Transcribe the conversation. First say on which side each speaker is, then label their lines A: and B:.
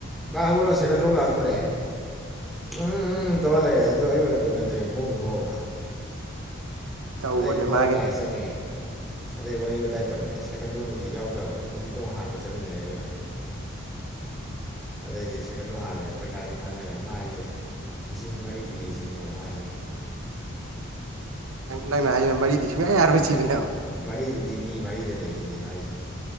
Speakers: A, in the centre; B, on the right.
A: ꯃꯥ ꯍꯧꯒꯠꯂꯣꯁ ꯁꯥꯏꯀꯠ ꯂꯧ ꯂꯥꯛꯇꯣꯔꯦ ꯍꯥꯏꯔꯦ ꯎꯝ ꯎꯝ ꯇꯧꯂꯩꯔꯦ ꯑꯗꯣ ꯑꯩ ꯑꯣꯏꯅ ꯎꯅꯊꯣꯛꯑꯦ ꯈꯣꯡ ꯊꯣꯛꯑꯒ
B: ꯇꯧꯕꯅꯦ
A: ꯑꯗꯩ ꯅꯨꯄꯥꯗꯣ
B: ꯃꯥꯒꯤ
A: ꯂꯥꯏ ꯆꯪꯉꯦ ꯑꯗꯩ ꯋꯥꯔꯤ ꯋꯥꯇꯥꯏ ꯇꯧꯔꯦ ꯁꯀꯟꯗꯣ ꯅꯨꯡꯁꯤꯠ ꯌꯥꯎꯗ꯭ꯔꯕ ꯅꯨꯡꯁꯤꯠꯇꯣ ꯍꯥꯟꯕ ꯆꯠꯃꯤꯟꯅꯔꯦ ꯑꯩꯒ ꯑꯗꯩꯗꯤ ꯁꯥꯏꯀꯟꯗꯣ ꯍꯜꯂꯦ ꯄꯩꯁꯥꯗꯤ ꯉꯥꯡꯅꯔꯦ ꯃꯥꯁꯦ ꯂꯤꯁꯤꯡ ꯃꯔꯤ ꯄꯤꯒꯦꯁꯤꯅꯦꯕ ꯃꯥ ꯍꯥꯏꯁꯦ
B: ꯅꯪꯅ ꯑꯩ ꯃꯔꯤꯗꯤ ꯁꯨꯡꯌꯥ ꯌꯥꯔꯣꯏ ꯁꯤꯅꯦꯕ
A: ꯃꯔꯤꯗꯨꯗꯤ ꯃꯤ ꯚꯔꯤꯗ ꯂꯩꯁꯤꯅꯦꯕ ꯍꯥꯏꯁꯦ